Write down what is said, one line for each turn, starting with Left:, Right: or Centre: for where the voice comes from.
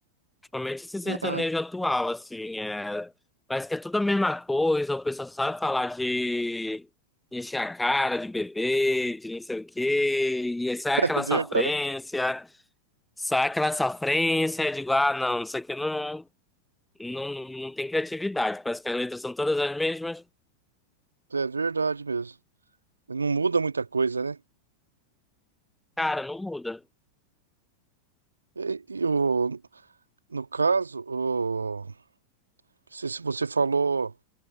Centre: Principalmente esse sertanejo
Right: Ah,
Centre: atual, assim, é, parece que é tudo a mesma coisa, o pessoal só sabe falar de encher a cara, de beber, de não sei o quê, e isso é
Right: <laughs>
Centre: aquela
Right: é verdade.
Centre: sofrência. Só aquela sofrência, eu digo, ah, não, isso aqui não, não, não tem criatividade. Parece que as letras são todas as mesmas.
Right: É verdade mesmo. Não muda muita coisa, né?
Centre: Cara, não muda.
Right: E, e o, no caso, o, se, se você falou